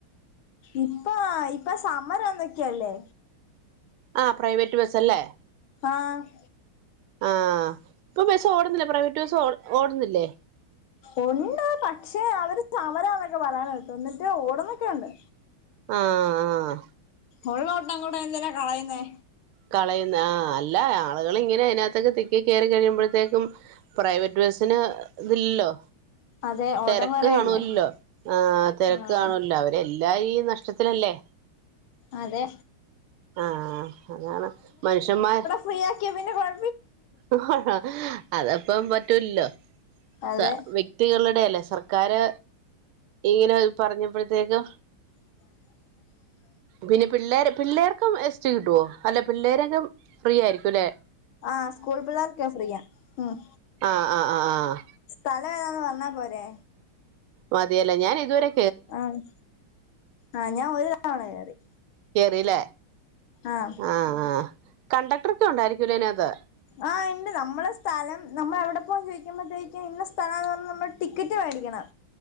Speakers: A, on the left; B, on the right.
A: ഇപ്പ ഇപ്പ സമ്മരോന്തെക്കേല്ലേ
B: ആഹ് പ്രൈവറ്റ് ബസ്സല്ലേ
A: ആഹ്
B: ആഹ് ഇപ്പൊ ബസ്സോടുന്നില്ലെ പ്രൈവറ്റ് ബസ്സോട് ഓടുന്നില്ലേ
A: ഒണ്ട് പക്ഷെ അവര് സമരാന്നെക്കെ പറയ്ന്നേട്ട് ന്ന്ട്ട് ഓടന്ന്ക്കെണ്ട്
B: ആഹ് ആഹ്
A: ഒള്ളോട്ടോം കൂടെ എന്തിനാ കളയുന്നേ
B: കളയുന്ന് ആഹ് അല്ല ആളുകളിങ്ങനെ അതിനാത്തക്കെ തിക്കി കേറി കഴിയുമ്പോഴത്തേക്കും പ്രൈവറ്റ് ബസ് ത്ത്ന് ഇതില്ലോ
A: അതെ ഓട്ടം
B: തെരക്ക്
A: കൊറയല്ലേ
B: കാണുവല്ലോ ആഹ് തെരക്ക്
A: ആഹ്
B: കാണുവല്ലോ അവരെല്ലാം ഈ നഷ്ടത്തിലല്ലേ
A: അതെ
B: ആഹ് അതാണ് മനുഷ്യന്മാ
A: ഫ്രിയാകിയ പിന്ന കൊഴ
B: അ ഹ്ഹ അതപ്പം പറ്റൂൽലോ
A: അതെ
B: സ ക്തികളുടെയല്ലേ സർക്കാര് ഇങ്ങനെ പറഞ്ഞപ്പോഴത്തേക്ക്
A: <inaudible>
B: പിന്നെ പിള്ളേര് പിള്ളേർക്കും എസ്റ്റ് കിട്ടുവോ അല്ലെ പിള്ളേരെനും ഫ്രീയാരിക്കുലെ
A: ആഹ് സ്കൂൾ പിള്ളേർക്കെ ഫ്രീയ ഉം
B: ആഹ് ആഹ് ആഹ് ആഹ്
A: സ്ഥലവേതാന്ന് പർനാ പോരെ
B: മതിയല്ല ഞാനിതുവരെ
A: ആഹ് ആഹ് ഞാ ഒരു തവണ കേറി
B: കേറില്ലേ
A: ആഹ്
B: ആഹ് ആഹ് കണ്ടക്ടർക്കെ ഒണ്ടായിരിക്കൂലെ അയ്നാത്ത്
A: ആഹ് ഇണ്ട് നമ്മളെ സ്ഥലം നമ്മൾ എവിടെ പോവാന്ന് ചോദിക്ക്മ്പോഴത്തേക്ക് ഇന്ന സ്ഥലാന്ന് പറഞ് നമ്മള് ടിക്കറ്റ് വേടിക്കണം